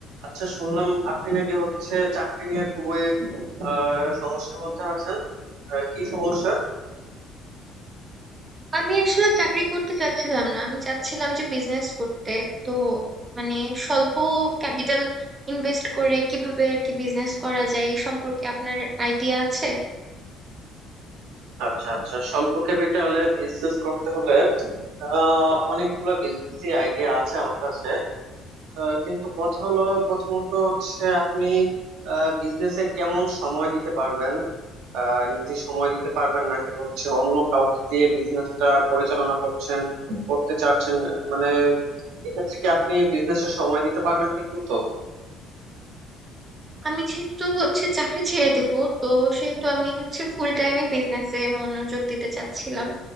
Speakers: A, on the right; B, on the right.
A: আচ্ছা শুনলাম আপনি নাকি হচ্ছে চাকরি নিয়ে খুবই আহ, সমস্যার মধ্যে আছেন আহ, কি সমস্যা
B: আমি আসলে চাকরি করতে চাচ্ছিলাম না আমি চাচ্ছিলাম যে বিজনেস করতে তো মানে স্বল্প ক্যাপিটাল ইনভেস্ট করে কিভাবে আর কি বিজনেস করা যায় এই সম্পর্কে আপনার আইডিয়া আছে
A: আচ্ছা আচ্ছা স্বল্প ক্যাপিটালে বিজনেস করতে হলে আহ, অনেকগুলো বিজনেস আইডিয়া আছে আমার কাছে আহ, কিন্তু কথা হলো প্রথমত হচ্ছে আপনি বিজনেসে কেমন সময় দিতে পারবেন আহ, নিজে সময় দিতে পারবেন নাকি হচ্ছে অন্য কাউকে দিয়ে বিজনেসটা পরিচালনা করছেন করতে চাচ্ছেন মানে এক্ষেত্রে কি আপনি বিজনেসে সময় দিতে পারবেন ঠিক মতো
B: আমি যেহেতু হচ্ছে চাকরি ছেড়ে দেব তো সেহেতু আমি হচ্ছে ফুল টাইমে বিজনেসে মনোযোগ দিতে চাচ্ছিলাম